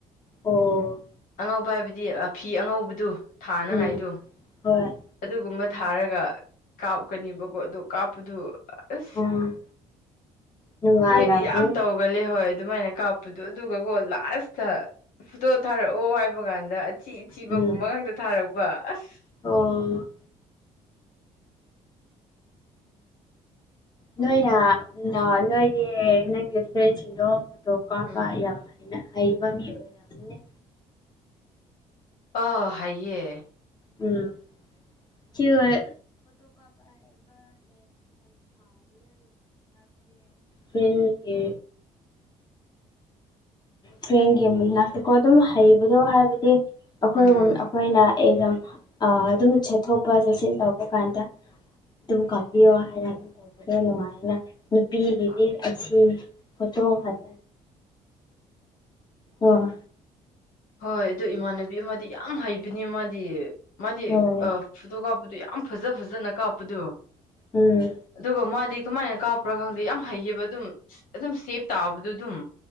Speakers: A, on the left; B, on the left.
A: ꯑꯣ
B: ꯑꯉꯧꯕ ꯍꯥꯏꯕꯗꯤ ꯐꯤ ꯑꯉꯧꯕꯗꯨ ꯊꯥꯅꯉꯥꯏꯗꯨ
A: ꯎꯝ ꯍꯣꯏ
B: ꯑꯗꯨꯒꯨꯝꯕ ꯊꯥꯔꯒ ꯀꯥꯞꯀꯅꯤꯕꯀꯣ ꯑꯗꯣ ꯀꯥꯞꯄꯗꯨ ꯑꯁ
A: ꯎꯝ ꯅꯨꯡꯉꯥꯏꯔꯝꯅꯤ
B: ꯑꯩꯈꯣꯏꯗꯤ ꯌꯥꯝ ꯇꯧꯒꯂꯦ ꯍꯣꯏ ꯑꯗꯨꯃꯥꯏꯅ ꯀꯥꯞꯄꯗꯣ ꯑꯗꯨꯒꯀꯣ ꯂꯥꯁꯇ ꯐꯨꯇꯣ ꯊꯥꯔꯛꯑꯣ ꯍꯥꯏꯕ ꯀꯥꯟꯗ ꯑꯊꯤꯊꯤꯕꯒꯨꯝꯕ
A: ꯎꯝ
B: ꯉꯥꯛꯇ ꯊꯥꯔꯛꯄ ꯑꯁ
A: ꯑꯣ ꯅꯣꯏ ꯅ ꯑꯥ ꯅꯣꯏꯒꯤ ꯅꯪꯒꯤ ꯐ꯭ꯔꯦꯟꯁꯤꯡꯗꯣ ꯐꯣꯇꯣ ꯀꯥꯞꯄ
B: ꯎꯝ
A: ꯌꯥꯝ ꯍꯩ ꯅ ꯍꯩꯕ ꯃꯤ ꯑꯣꯢ ꯎꯅꯦ
B: ꯑ ꯍꯥꯏꯌꯦ
A: ꯎꯝ <unintelligible> ꯍꯥꯏꯕꯗꯤ ꯐ꯭ꯔꯦꯟꯒꯤ ꯇ꯭ꯔꯦꯟꯒꯤ ꯃꯅꯥꯛꯇꯀꯣ ꯑꯗꯨꯝ ꯍꯩꯕꯗꯣ ꯍꯥꯏꯕꯗꯤ ꯑꯩꯈꯣꯏꯒꯨꯝ
B: ꯎꯝ
A: ꯑꯩꯈꯣꯏꯅ ꯑꯦꯖꯝ ꯑꯗꯨꯝ ꯆꯠꯊꯣꯛꯄ ꯆꯠꯁꯤꯟ ꯇꯧꯕ ꯀꯥꯟꯗ ꯑꯗꯨꯝ ꯀꯥꯞꯄꯤꯌꯣ ꯍꯥꯏꯔ ꯈꯔ ꯅꯨꯡꯉꯥꯏꯅ ꯅꯨꯄꯤꯒꯤꯗꯤ
B: ꯍꯣꯏ
A: ꯑꯁꯤ ꯐꯣꯇꯣ ꯍꯥꯏ ꯑꯣ
B: ꯍꯣꯏ ꯑꯗꯨ ꯏꯃꯥꯟꯅꯕꯤ ꯑꯃꯗꯤ ꯌꯥꯝ ꯍꯩꯕꯅꯤ ꯃꯥꯗꯤ ꯃꯥꯗꯤ
A: ꯑꯣ
B: ꯐꯣꯇꯣ ꯀꯥꯞꯄꯗꯨ ꯌꯥꯝ ꯐꯖ ꯐꯖꯅ ꯀꯥꯞꯄꯗꯣ
A: ꯎꯝ
B: ꯑꯗꯨꯒ ꯃꯥꯗꯤ ꯀꯃꯥꯏꯅ ꯀꯥꯞꯄ꯭ꯔꯥ ꯈꯪꯗꯦ ꯌꯥꯝ ꯍꯩꯌꯦꯕ ꯑꯗꯨꯝ ꯑꯗꯨꯝ ꯁꯦꯞ ꯇꯥꯕꯗꯣ ꯑꯗꯨꯝ